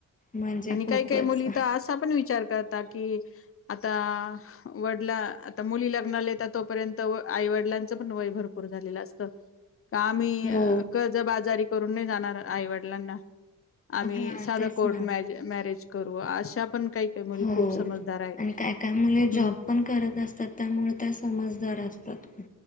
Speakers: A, on the left; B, on the left.
A: म्हणजे
B: आणि
A: खूपच
B: काही काही मुली तर असा पण विचार करत कि आता वडला आता मुली लग्नालाता तोपर्यंत आई वडिलांचं पण वय भरपूर झा असत का आम्ही
A: हो
B: कर्जबाजारी करून नाही जाणार आईवडिलांना आम्ही
A: हा
B: साध
A: तेच
B: कोर्ट
A: ना
B: मॅरेज करू अशा पण काही काही मुली
A: हो
B: खूप समजदार आहे
A: आणि काय काय मुले जॉब
B: हम्म
A: पण करत असतात त्यामुळे त्या समजदार असतात ख